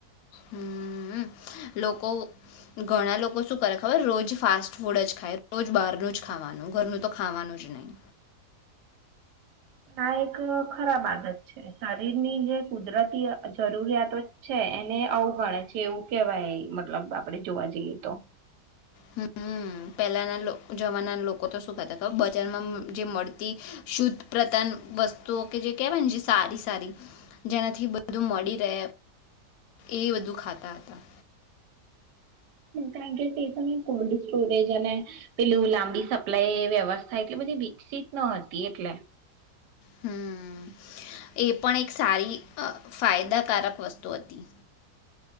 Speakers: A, on the left; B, on the right.
A: હમ લોકો ઘણા લોકો શું કરે ખબર રોજ ફાસ્ટ ફૂડ જ ખાય રોજ બહારનું જ ખાવાનું ઘરનું તો ખાવાનું જ નહી
B: આ એક ખરાબ આદત છે શરીરની જે કુદરતી જરૂરિયાતો છે એને અવગણે છે એવું કેવાય મતલબ આપડે જોવા જઈએ તો
A: હમ પહેલાના જમાના લોકો તો શું ખાતા ખબર બજારમાં જે મળતી શુદ્ધ પ્રતાન વસ્તુઓ કે જે કેહેવાય સારી સારી જેનાથી બધું મળી રહે એ બધું ખાતા હતા
B: કાર પ કોલ્ડ સ્ટોરેજ અને <inaudible> પેલું લાંબી સપ્લાય વ્યવસ્થા એટલે બધી વિકસિત ન હતી એટલે
A: હમ એ પણ એક સારી ફાયદાકારક વસ્તુ હતી